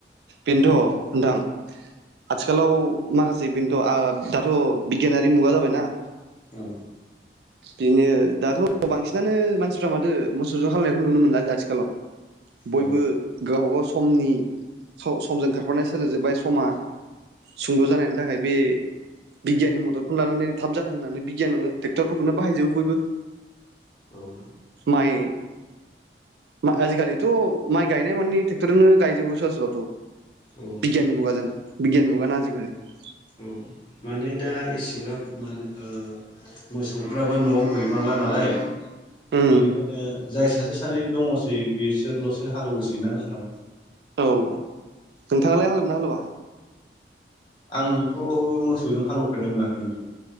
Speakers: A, on the right; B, on the left.
A: बेनथ' नोंथां आथिखालाव माखासे बेनथ' ओ दाथ' बिगियानारि मुगा जाबायना
B: औ
A: बेनो दाथ' बांसिनानो मानसिफ्रा माथो मोसौजों खालामनायखौ नुनो मोनला आथिखालाव बयबो
B: औ
A: गावब गाव समनि स-समजों खारफानाय सोलोंजोबबाय समा सुंद' जानायनि थाखाय बे बिगियाननि मददखौनो लानानै थाब जाथों होननानै बिगियानाव ट्रेक्टरफोरखौनो बाहायजोबो बयबो ।
B: औ ।
A: माइ आजिखालिथ' माइ गायनाय मानानि ट्रेक्टरनो गायजोबो स स
B: औ
A: बिगियाननि मुगाजों बिगियाननि मुगानो आजिखालि ।
B: औ माने दा एसेग्राब माने ओ मोसौफ्राबो न'आव गैबांला नालाय
A: उम
B: बेनिखायनो जाय सासे सानै दङसै बिसोरल'सो हालेवोसै ना नोंथां
A: औ नोंथाङालाय हालेवगोनना हालुवा
B: आंथ' मोसौजों हालौफेरनो मोनाखै नोंथां